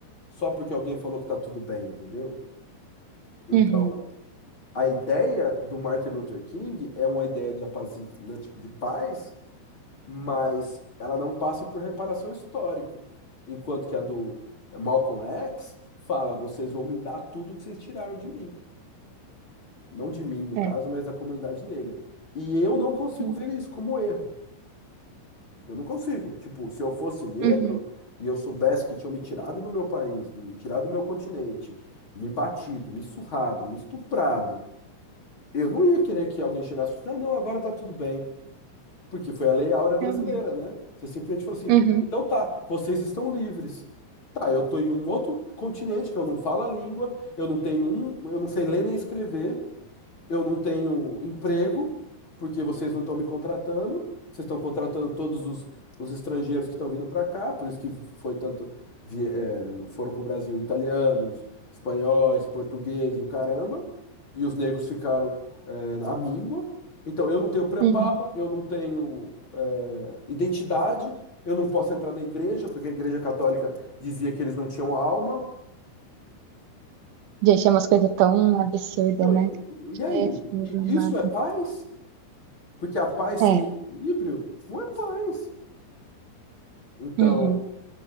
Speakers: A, on the left; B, on the right.
A: só porque alguém falou que tá tudo bem, entendeu? Então,
B: uhum,
A: a ideia do Martin Luther King é uma ideia de, apazi... né, tipo, de paz mas ela não passa por reparação histórica. Enquanto que a do Malcolm X fala: vocês vão me dar tudo que vocês tiraram de mim. Não de mim, no caso,
B: é.
A: mas da comunidade negra. E eu não consigo
B: Uhum,
A: ver isso como erro. Eu não consigo. Tipo, se eu fosse negro
B: uhum,
A: e eu soubesse que tinham me tirado do meu país, do, me tirado do meu continente, me batido, me surrado, me estuprado, eu não ia querer que alguém chegasse e falasse: não, não, agora tá tudo bem. Porque foi a Lei Áurea brasileira,
B: realmente.
A: né? Você simplesmente falou assim:
B: Uhum,
A: então tá, vocês estão livres. Tá, eu tô em um outro continente que eu não falo a língua, eu não tenho um, eu não sei ler nem escrever, eu não tenho emprego, porque vocês não estão me contratando, vocês estão contratando todos os, os estrangeiros que estão vindo para cá, por isso que foi tanto, vi- é, foram para o Brasil italianos, espanhóis, portugueses e o caramba, e os negros ficaram, é, à míngua. Então, eu não tenho preparo,
B: uhum.
A: eu não tenho, é, identidade, eu não posso entrar na igreja, porque a igreja católica dizia que eles não tinham alma.
B: Gente, é umas coisas tão absurdas,
A: Então,
B: né?
A: e, e e aí?
B: Jesus
A: E
B: amado.
A: isso é paz? Porque a paz sem
B: É.
A: equilíbrio não é paz. Então,
B: Uhum,